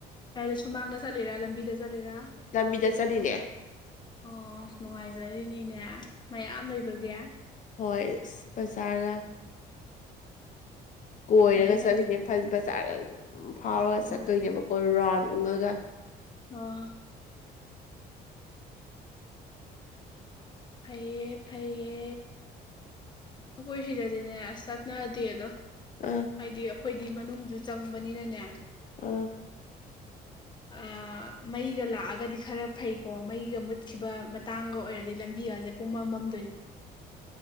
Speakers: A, on the left (about 25°); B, on the left (about 50°).
A: ꯀꯗ ꯁꯨꯃꯥꯡꯗ ꯆꯠꯂꯤꯔꯥ ꯂꯝꯕꯤꯗ ꯆꯠꯂꯤꯔꯥ
B: ꯂꯝꯕꯤꯗ ꯆꯠꯂꯤꯅꯦ
A: ꯑꯣ ꯅꯨꯡꯉꯥꯏꯖꯔꯤꯅꯤꯅꯦ ꯃꯌꯥꯝ ꯂꯩꯕꯒꯤ
B: ꯍꯣꯏ ꯕꯖꯥꯔꯒ ꯀꯣꯏꯔꯒ
A: ꯐꯩꯌꯦ ꯐꯩ
B: ꯆꯠꯂꯤꯅꯦ ꯐꯖ ꯕꯖꯥꯔ ꯐꯥꯎꯔꯒ
A: ꯎꯝ
B: ꯆꯠꯇꯣꯏꯅꯦꯕꯀꯣ ꯔꯥꯎꯟ ꯎꯡꯉꯒ
A: ꯑ ꯐꯩꯌꯦ ꯐꯩꯌꯦ ꯑꯩꯈꯣꯏ ꯁꯤꯗꯗꯤꯅꯦ ꯑꯁ ꯆꯠꯅꯗꯦ ꯑꯗꯣ
B: ꯑꯥ
A: ꯍꯥꯏꯗꯤ ꯑꯩꯈꯣꯏꯗꯤ ꯃꯅꯨꯡꯁꯨ ꯆꯪꯕꯅꯤꯅꯅꯦ
B: ꯎꯥ
A: ꯑ ꯃꯩꯒ ꯂꯥꯛꯑꯒꯗꯤ ꯈꯔ ꯐꯩꯀꯣ ꯃꯩꯒ ꯃꯨꯠꯈꯤꯕ ꯃꯇꯥꯡꯒ ꯑꯣꯏꯔꯗꯤ ꯂꯝꯕꯤꯒꯁꯦ ꯄꯨꯡꯃꯝꯃꯝꯗꯣꯏꯅꯤ